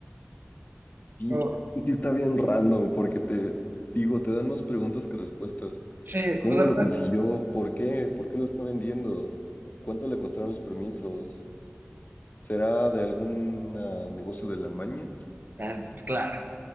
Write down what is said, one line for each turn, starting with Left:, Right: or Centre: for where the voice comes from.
Left: Y,
Right: O-
Left: y sí está bien random porque te digo, te dan más preguntas que respuestas.
Right: sí,
Left: ¿Cómo
Right: o sea,
Left: lo consiguió? ¿Por qué? ¿Por qué lo está vendiendo? ¿Cuánto le costaron los permisos? ¿Será de algún ah, negocio de la maña?
Right: ah, claro,